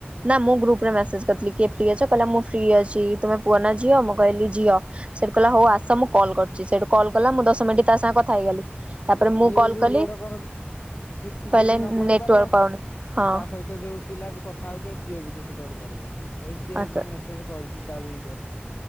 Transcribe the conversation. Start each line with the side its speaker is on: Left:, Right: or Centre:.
Right: ନା ମୁଁ ଗ୍ରୁପ ରେ ମେସେଜ୍ କରିଥିଲି କିଏ ଫ୍ରି ଅଛ କହିଲା ମୁଁ ଫ୍ରି ଅ ଚି ତମେ ପୁଅ ନା ଝିଅ ମୁଁ କହିଲିି ଝିଅ ସେଠୁ କହିଲା ହୋଉ ଆସ ମୁଁ କଲ କରୁଚି। ସେଠୁ କଲ ମୁଁ ଦଶ ମିନିଟ ତା ସାଙ୍ଗ କଥା ହେଇଗଲି ତାପରେ ମୁଁ
Left: ସିଏ
Right: କଲ୍
Left: ବି
Right: କଲି
Left: ଧରକର କିଛି
Right: କହିଲେ
Left: ଯଦି ନ କରି
Right: ନେଟୱାର୍କ
Left: ପାରିବ
Right: ପାଉନି ହଁ
Left: ତା ସହିତ ଯୋଉ ପିଲା ବି କଥା ହୋଉଥିବ ସିଏ ବି କିଛି କରିପାରିବନି ହେଇ ସିଏ
Right: ହଁ
Left: ଏବେ ମେସେଜ କରିଚି ଚାରି ମିନିଟ ହେଲା।